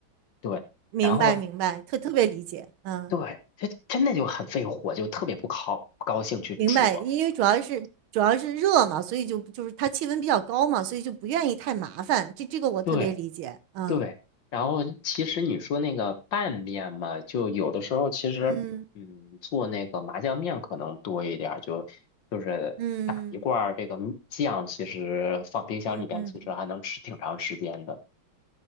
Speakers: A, on the left (about 65°); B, on the right (about 80°).
A: 对，
B: 明白明白，
A: 然后
B: 特特别理解，嗯，
A: 对，它真的就很费火，就特别不高不高兴去煮。
B: 明白，因为主要是主要是热嘛，所以就就是它气温比较高嘛，所以就不愿意太麻烦，这这个我特别理解，
A: 对，
B: 嗯
A: 对，然后其实你说那个拌面嘛，就有的时候其实，
B: 嗯
A: 嗯，做那个麻酱面可能多一点儿，就就是打一罐儿这个酱，
B: 嗯
A: 其实放冰箱里边，
B: 嗯嗯
A: 其实还能吃挺长时间的。